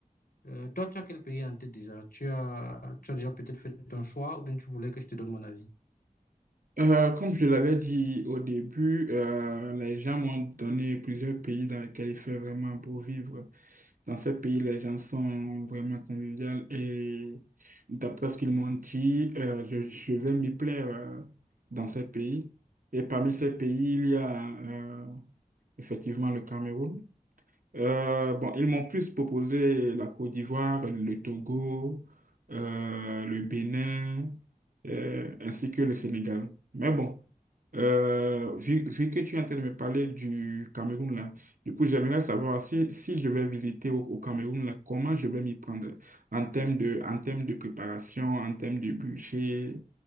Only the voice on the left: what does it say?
Euh, toi, tu as quel pays en tête déjà? Tu as, tu as déjà peut-être fait ton choix ou bien tu voulais que je te donne mon avis?